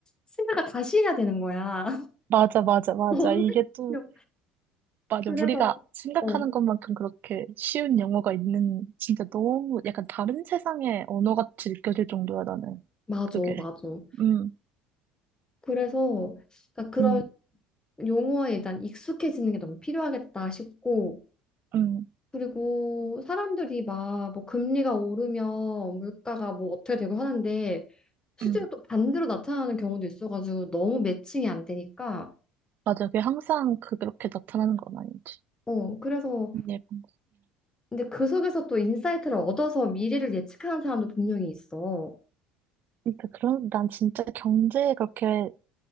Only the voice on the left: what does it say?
생각을 다시 해야 되는 거야.
<laughs> 너무
귀여워.
그래서
어
맞아
맞아.
그래서 그러니까 그런
용어에 일단 익숙해지는 게 너무 필요하겠다 싶고
그리고 사람들이 막 뭐 금리가 오르면 물가가 뭐 어떻게 되고 하는데 실제로
또 반대로 나타나는 경우도 있어가지고 너무 매칭이 안 되니까
어 그래서
근데 그 속에서 또 인사이트를 얻어서 미래를 예측하는 사람도 분명히 있어.